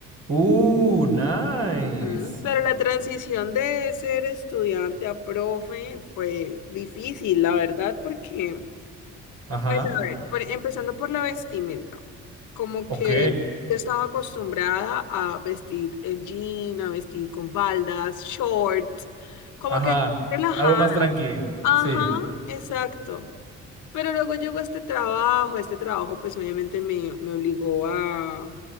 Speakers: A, on the right (about 50°); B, on the left (about 80°).
A: Uh, nice.
B: Mm, Pero la transición de ser estudiante a profe fue difícil, la verdad, porque,
A: Ajá.
B: pues a ver, por- empezando por la vestimenta, como
A: Ok.
B: que yo estaba acostumbrada a vestir en jean, a vestir con faldas, shorts, como
A: Ajá.
B: que relajada.
A: Algo más tranqui.
B: Ajá,
A: Sí.
B: exacto. Pero luego llegó este trabajo, este trabajo pues obviamente me, me obligó a,